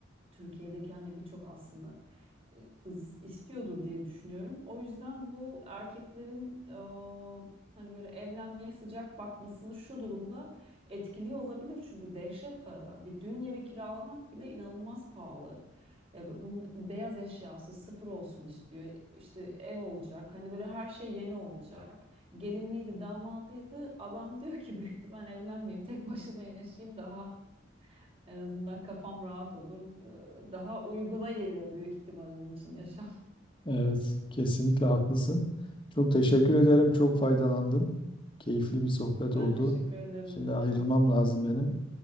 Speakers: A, on the right; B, on the left.
A: Türkiye'deki hani birçok aslında e, kız istiyordur diye düşünüyorum. O yüzden bu erkeklerin e, hani böyle evlenmeye sıcak bakmasını şu durumda etkiliyor olabilir. Çünkü dehşet paralar. Bir düğün yeri kiralamak bile inanılmaz pahalı. E, bu- bunun beyaz eşyası sıfır olsun istiyor. İşte ev olacak. Hani böyle her şey yeni olacak. Gelinliydi, damadıydı. Adam diyor ki büyük ihtimal evlenmeyeyim, tek başıma yaşayayım daha en azından kafam rahat olur. Ee, Daha uyguna geliyor büyük ihtimal onun için yaşam. <laughs>
B: Evet, kesinlikle haklısın. Çok teşekkür ederim. Çok faydalandım. Keyifli bir sohbet
A: Ben
B: oldu.
A: teşekkür ederim
B: Şimdi
A: ne demek.
B: ayrılmam lazım benim.